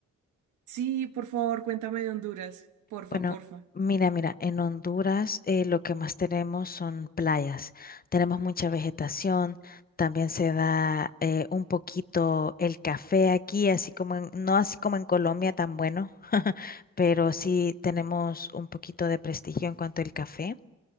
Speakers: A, on the right; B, on the left.
A: Sí, por favor, cuéntame de Honduras. Porfa,
B: Bueno,
A: porfa.
B: mira, mira, en Honduras eh, lo que más tenemos son playas. Tenemos mucha vegetación, también se da eh, un poquito el café aquí, así como en- no así como en Colombia tan bueno, <laughs> pero sí tenemos un poquito de prestigio en cuanto al café.